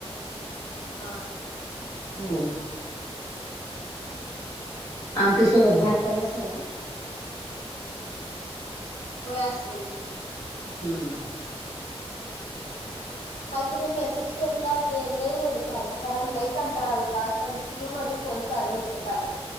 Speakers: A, on the left; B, on the left.
A: हा.
B: हो. आमटीसोबत भात पण असेल ना?
A: होय असतय की.
B: हम्म.
A: काल तुम्ही मेसेज केलता ते लई लेट झालता कारण लई कंटाळा अलता कंटिन्यू माझे फोन चालू होते काल.